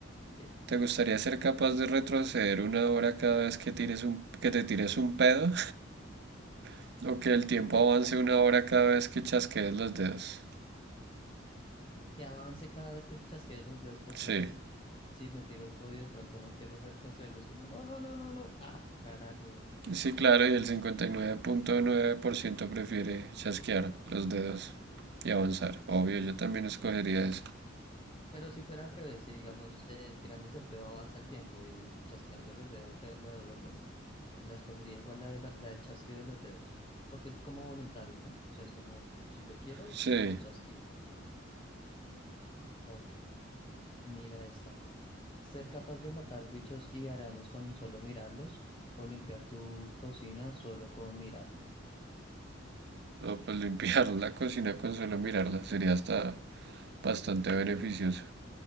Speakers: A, on the left; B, on the right.
A: Sí,
B: ¿Te gustaría ser capaz de retroceder una hora cada vez que tires un, que te tires un pedo? <laughs> ¿O que el tiempo avance una hora cada vez que chasquees los dedos?
A: que avance cada vez que chasquee los dedos, porque
B: Sí,
A: es que si, si me tiro el pedo y de pronto no quiero retrocederlo, es como, no, no, no, no, no. Ah, carajo.
B: sí, claro, y el 59.9% prefiere chasquear los dedos y avanzar. Obvio, yo también escogería eso.
A: Pero si fuera al revés, si digamos eh, tirándose el pedo avanza el tiempo y chasqueando los dedos de- lo devuelves, la escogería igual la, de la, la del chasquido de los dedos, porque es como voluntario, ¿no? O sea, es como si yo quiero,
B: Sí,
A: lo chasquido. Ok, mira esta. Ser capaz de matar bichos y arañas con solo mirarlos o limpiar tu cocina solo con mirarla.
B: no, pues limpiar la cocina con solo mirarla sería hasta bastante beneficioso.